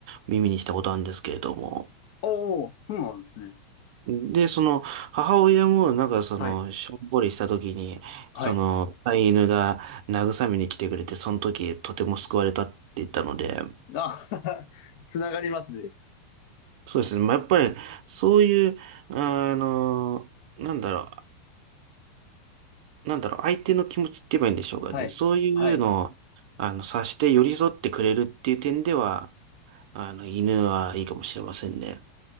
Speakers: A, on the right (about 60°); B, on the left (about 55°).
A: 耳にしたことあるんですけれども。
B: おお、そうなんですね。
A: で、その、母親もなんかその、
B: はい。
A: しょんぼりした時に、
B: はい。
A: その、飼い犬が慰めに来てくれて、その時とても救われたって言ったので、
B: あ、<laughs> つながりますね。
A: そうですね。まあ、やっぱり、そういう、あの、なんだろう。なんだろう、相手の気持ちって言えばいいんでしょうかね。
B: はい。
A: そういうのを、
B: はい。
A: あの、察して寄り添ってくれるっていう点では、あの、犬はいいかもしれませんね。